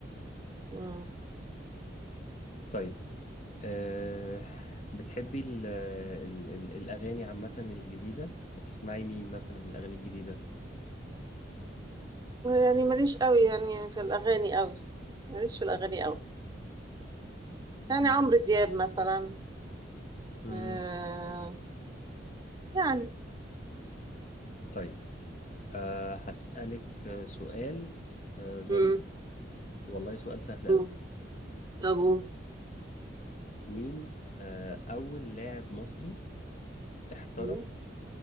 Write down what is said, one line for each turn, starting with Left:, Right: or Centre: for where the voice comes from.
Right: مم.
Left: طيب أه... بتحبي ال... ال... ال... الأغاني عامة الجديدة بتسمعي مين مثلا من الأغاني الجديدة
Right: يعني ماليش قوي يعني في الاغاني قوي ماليش في الاغاني قوي
Left: امم
Right: يعني عمرو دياب مثلا
Left: امم
Right: آه يعني
Left: طيب أه... هسألك آه، سؤال أه... ظريف
Right: مم.
Left: والله سؤال سهل أوي
Right: قول. طب قول
Left: مين أه... أول لاعب مصري احترف
Right: ايوه